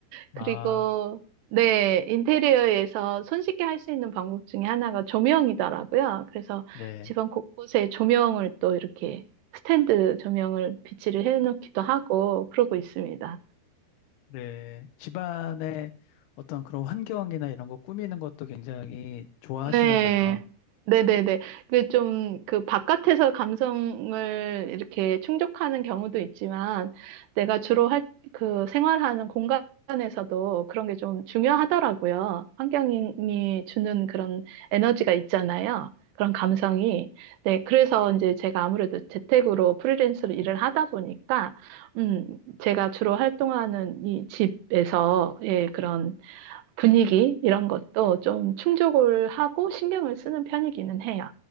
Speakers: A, on the left; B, on the right.
A: 아,
B: 그리고 네, 인테리어에서 손쉽게 할 수 있는 방법 중에 하나가 조명이더라고요. 그래서
A: 네.
B: 집안 곳곳에 조명을 또 이렇게 스탠드 조명을 비치를 해놓기도 하고 그러고 있습니다.
A: 네. 집안의 어떤 그런 환경이나 이런 거 꾸미는 것도 굉장히 좋아하시나
B: 네.
A: 봐요.
B: 네네네. 그 좀, 그 바깥에서 감성을 이렇게 충족하는 경우도 있지만, 내가 주로 할, 그 생활하는 공간에서도 그런 게 좀 중요하더라고요. 환경이 주는 그런 에너지가 있잖아요. 그런 감성이. 네. 그래서 이제 제가 아무래도 재택으로 프리랜서로 일을 하다 보니까, 음, 제가 주로 활동하는 이 집에서, 예, 그런 분위기 이런 것도 좀 충족을 하고 신경을 쓰는 편이기는 해요.